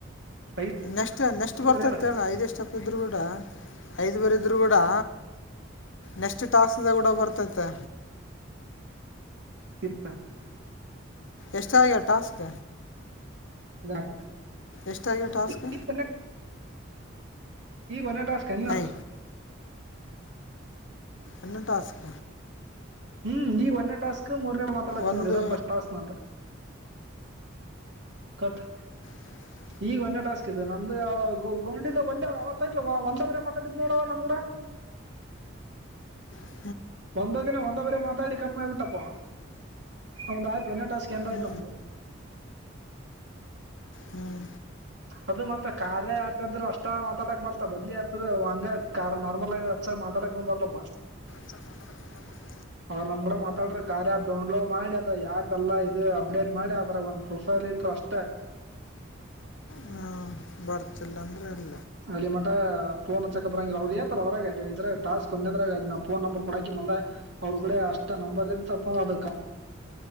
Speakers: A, on the right (about 60°); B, on the left (about 70°).
A: ಐದು
B: ನೆಟ್ ಮ ನೆಕ್ಸ್ಟ್ ಬರ್ತತ್ತ
A: ಬರಲ್ಲ
B: ಅಣ ಐದ ಎಷ್ಟಪ್ಪ ಇದ್ರು ಕೂಡ ಐದ್ ಬರಿದ್ರು ಕೂಡಾ ನೆಸ್ಟ್ ಟಾಸ್ಕ್ ದ ಕೂಡ ಬರ್ತತೆ
A: ಶಪ್ಪ
B: ಎಷ್ಟ್ಯ ಟಾಸ್ಕ್
A: ಟಾಕ್
B: ಎಷ್ಟಾಗ್ಯ
A: ಅ
B: ಟಾಸ್ಕ್
A: ಈಗ ಒ ಟಾಸ್ಕ್ ಕಲ್ಲ
B: ಐ ಅ್ಣ ಸ್ಕ
A: ಹ್ಮ್ ಈ ಒಂದನೇ ಟಾಸ್ಕ್ ಮೂರನೇ ಮಾತಾಡತ್ತ
B: ಒಂದು
A: ನೋಡಿ ಫಸ್ಟ್ ಟಾಸ್ಕ್ ನದ ಕಟ್
B: ಹ
A: ಈಗ ಒಂದೇ ಟಾಸ್ಕ್ ಇದೆ ನಮ್ದು ಗೊಂಡಿದ ಒಂದೇ ಅವತ್ತ ಆಯ್ತ್ ಒಂದ ಬೇ ಮಾತಾಡಿದ್ ನೋಡವ ನಮ್ ಕೂಡ
B: ಕ
A: ಒಂದ ದಿನ ಒಂದ ಬರೆ ಮಾತಾಡಿ ಕತ್ನೋಗ್ಬಿಟ್ಟಪ್ಪ ಒಂದ ಆಯ್ತು ನಟಾಸ್ಕ ಎಂದ
B: ಹ್ಞೂ
A: ಆಯ್ತಾ ಒಂಬಲ್ಲ
B: ಹ್ಮ್
A: ಅದು ಮತ್ತ ಕ ಆ್ಯಪ್ ಇದ್ರೆ ಅಷ್ಟ ಮಾತಾಡಕ್ ಬರ್ತ ಬದಲಿ ಆಪ್ ಹಂಗ ಕಾರ್ ನಾರ್ಮಲ್ ಆಗಚ್ಚ ಮಾತಾಡ ಬರ್ಲಪ್ಪಾ
B: ಸ
A: ಅವ್ರ ನಮ್ ಕೂಡ ಮಾತಾಡ್ರ ಕಾರ್ಯಪ್ ಡೌನ್ಲೋಡ್ ಮಾಡಿ ಅದ ಆ್ಯಪ್ ಎಲ್ಲಾ ಇದು ಅಪ್ಡೇಟ್ ಮಾಡಿ ಅದ್ರ ಒ ಪ್ರೂಫ್ ಟ್ರಸ್
B: ಹ್ಞೂ ಬರ್ತಿಲ್ಲ ಅಂದ್ರೆ ಹೇಳ
A: ಅಲ್ಲಿ ಮಠ ಫೋನ್ ಹ ಚಕ ಬರಂಗಿಲ್ಲ ಅವ್ರರು ಯತರ ಅದ್ರಾಗ ಇದ್ರ ಟಾಸ್ಕ್ ಒಂದದ್ರಾಗ ನಂಬರ್ ಕೊಡಾಕಿ ಅವ್ರ ಕಡೆ ಅಷ್ಟ ನಂಬರ್ ಇ ತಪ್ಪಂದ್ರ ಅದ